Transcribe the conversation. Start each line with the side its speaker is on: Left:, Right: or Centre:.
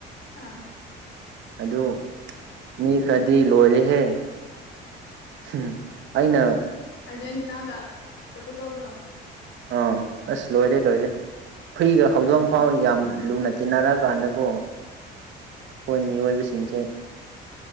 Left: ꯑꯥ
Right: ꯑꯗꯨ ꯃꯤ ꯈꯔꯗꯤ ꯂꯣꯏꯔꯦꯍꯦ ꯎꯝ ꯑꯏꯩꯅ
Left: ꯑꯔꯖꯦꯟꯇꯤꯅꯥꯒ ꯄ꯭ꯔꯣꯇꯣꯀꯣꯜꯗꯣ
Right: ꯑꯥ ꯑꯁ ꯂꯣꯏꯔꯦ ꯂꯣꯏꯔꯦ ꯍꯨꯏꯗꯣ
Left: ꯂꯣꯏꯔꯦ
Right: ꯍꯧꯗꯣꯡ
Left: ꯃꯣꯏ
Right: ꯐꯥꯎ
Left: ꯑꯅꯤꯗꯤ
Right: ꯌꯥꯝ ꯂꯨꯅ ꯇꯤꯟꯅꯔꯛꯑꯀꯥꯟꯗꯕꯨꯣ ꯑꯩꯈꯣꯏ ꯃꯤꯑꯣꯏꯕꯁꯤꯡꯁꯦ